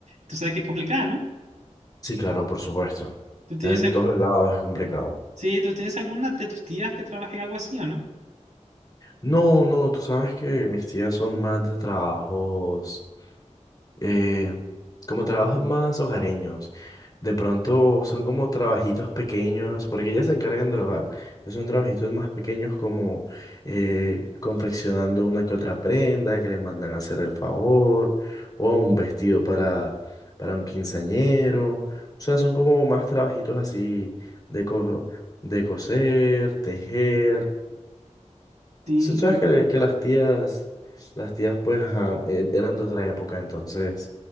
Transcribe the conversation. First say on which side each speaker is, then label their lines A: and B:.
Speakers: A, on the right; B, on the left.
A: tú sabes que es complicada, ¿no?
B: Sí, claro, por supuesto.
A: ¿Tú tienes,
B: En
A: al-
B: todos lados es complicado.
A: sí, ¿tú tienes alguna de tus tías que trabaje en algo así o no?
B: No, no, tú sabes que mis tías son más de trabajos. eh, como trabajos más hogareños. De pronto son como trabajitos pequeños, porque ellas se encargan del hogar. Entonces son trabajitos más pequeños como eh, confeccionando una que otra prenda que le mandan a hacer el favor, o un vestido para, para un quinceañero. O sea, son como más trabajitos así de, co- de coser, tejer.
A: Sí,
B: Si tú sabes que, le- que las tías, las tías pues ajá, eh, eran de otra época, entonces